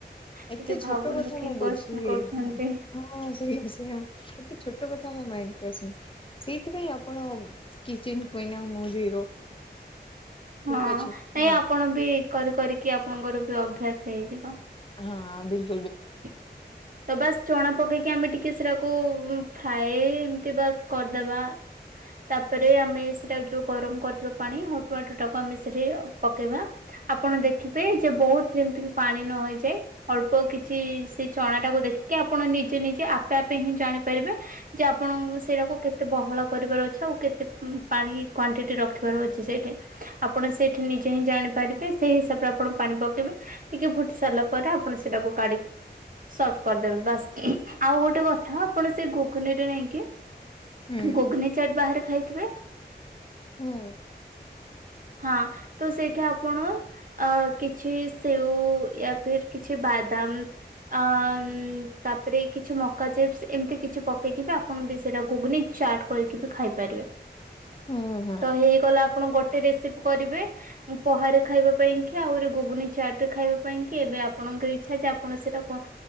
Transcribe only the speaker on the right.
ଟିକେ
ଭାବନ୍ତୁ
କି
କୋଶ୍ଚିନ୍ କରୁଛନ୍ତି
ହଁ
ନାଇଁ
ଆପଣ ବି କରି କରିକି ଆପଣଙ୍କର ବି ଅଭ୍ୟାସ ହେଇଯିବ।
<inaudible> ତ ବାସ ଚଣା ପକେଇକି ଆମେ ଟିକେ ସେଟାକୁ ଫ୍ରାଏ ଏମତି ବାସ୍ କରିଦବା। ତାପରେ ଆମେ ସେଟା ଯୋଉ ଗରମ କରିଥିବା ପାଣି ୱାଟରଟାକୁ ଆମେ ସେଠୀ ପକେଇବା। ଆପଣ ଦେଖିବେ ଯେ ବୋହୁତ ଯେମିତି କି ପାଣି ନହେ ଇଯାଏ ଅଳ୍ପ କିଛି କିଛି ସେ ଚଣାଟାକୁ ଦେଖିକି ଆପଣ ନିଜେ ନିଜେ ଆପେ ଆପେ ହିଁ ଜାଣିପାରିବେ। ଯେ ଆପଣ ସେଇଟାକୁ କେତେ ବହଳ କରିବାର ଅଛି ଆଉ କେତେ ପାଣି କ୍ଵାଣ୍ଟିଟି ରଖିବାର ଅଛି ସେଇଠେ। ଆପଣ ସେଇଠି ନିଜେ ହିଁ ଜାଣିପାରିବେ ସେଇ ହିସାବରେ ଆପଣ ପାଣି ପକେଇବେ। ଟିକେ ଫୁଟି ସାରିଲା ପରେ ଆପଣ ସେଟାକୁ କାଢିକି ସଟ କରିଦେବେ ବାସ୍ ଆଉ ଗୋଟେ କଥା ଆପଣ ସେ ଗୁଗୁଲିରେ ନେଇଁକି।
ଗୁଗନି ଚାଟ ବାହାରେ ଖାଇଥିବେ।
ହଁ ତ ସେଇଠୁ ଆପଣ। ଆ କିଛି ସେଓ ୟା ଫିର୍ କିଛି ବାଦାମ। ଅ ଉଁ ତାପରେ କିଛି ମକା ଚିପ୍ସ ଏମିତି କିଛି ପ ପେକିବା ଆପଣ ବି ସେଟା ଗୁଗନି ଚାଟ୍ କରିକି ବି ଖାଇପାରିବେ।
ତ ହେଇଗଲା ଆପଣ ଗୋଟେ ରେସିପି କରିବେ ପହାରେ ଖାଇବା ପାଇଁ। କି ଆହୁରି ଗୁଗୁନି ଚାଟ୍ ଖାଇବା ପାଇଁ କି ଏବେ ଆପଣଙ୍କ ଇଛା ଚପ। ଆପଣ ସେଟାକୁ